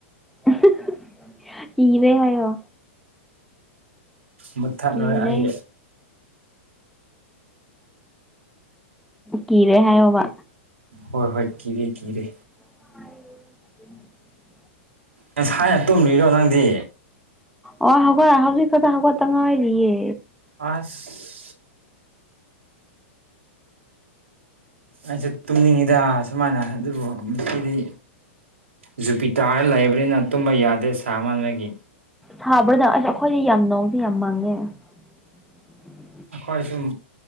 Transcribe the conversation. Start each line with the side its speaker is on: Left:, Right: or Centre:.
Centre: ꯑꯍꯥꯍꯥ ꯀꯤꯔꯦ ꯍꯥꯏꯌꯣ
Right: ꯃꯨꯊꯠꯔꯣꯏ
Centre: ꯀꯤꯔꯦ
Right: ꯑꯩ
Centre: ꯀꯤꯔꯦ ꯍꯥꯏꯌꯣꯕ
Right: ꯍꯣꯏ ꯍꯣꯏ ꯀꯤꯔꯦ ꯀꯤꯔꯦ
Centre: <inaudible>
Right: ꯉꯁꯥꯏꯅ ꯇꯨꯝꯂꯤꯔꯣ ꯅꯪꯗꯤ
Centre: ꯑꯣ ꯍꯧꯒꯠ ꯍꯧꯖꯤꯛ ꯈꯛꯇ ꯍꯧꯒꯠꯇ ꯉꯥꯏꯔꯤꯌꯦ
Right: ꯑꯁ ꯑꯩꯁꯨ ꯇꯨꯝꯅꯤꯡꯉꯤꯗ ꯁꯨꯃꯥꯏꯅ ꯑꯗꯨꯕꯨ ꯃꯁꯤꯗꯤ ꯖꯨꯄꯤꯇꯥꯔ ꯂꯩꯕꯅꯤꯅ ꯇꯨꯝꯕ ꯌꯥꯗꯦ ꯁꯥꯃꯟꯕꯒꯤ
Centre: ꯁꯥꯕ꯭ꯔ ꯗꯥ ꯑꯁ ꯑꯩꯈꯣꯏꯗꯤ ꯌꯥꯝ ꯅꯣꯡꯁꯦ ꯌꯥꯝ ꯃꯪꯉꯦ <unintelligible>
Right: ꯑꯩꯈꯣꯏꯁꯨꯝ